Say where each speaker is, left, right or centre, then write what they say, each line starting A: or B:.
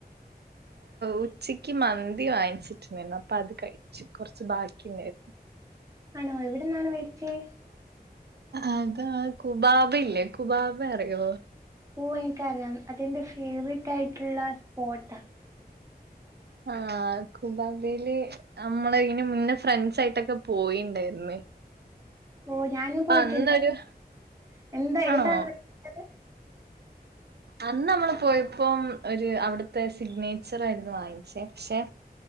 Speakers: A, on the right; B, on the right.
A: ഉച്ചക്ക് മന്തി വാങ്ങിച്ചിട്ടുണ്ടായിരുന്നു അപ്പ അത് കഴിച്ചു കൊറച്ച് ബാക്കി ഉണ്ടായിരുന്നു
B: ആണോ എവിടെ നിന്നാണ് മേടിച്ചത്
A: അതാ കുബാബ് ഇല്ലേ കുബാബ് അറിയോ
B: ഓ എനിക്കറിയാം അതെന്റെ ഫേവറേറ്റ് ആയിട്ടുള്ള സ്പോട്ടാ
A: ആഹ് കുബാബയില് നമ്മള്. ഇങ്ങനെ മുന്നേ ഫ്രണ്ട്സായിട്ടൊക്കെ പോയീണ്ടായിരുന്നു
B: ഓ ഞാനും പോയിട്ടുണ്ട്
A: അന്നൊരു
B: അവിടെ എന്താ
A: ആണോ
B: ഏതാണ് കഴിച്ചത്
A: അന്ന് നമ്മള് പോയപ്പോം ഒരു അവിടുത്തെ സിഗ്നേച്ചർ ആയിരുന്നു വാങ്ങിച്ചേ പക്ഷെ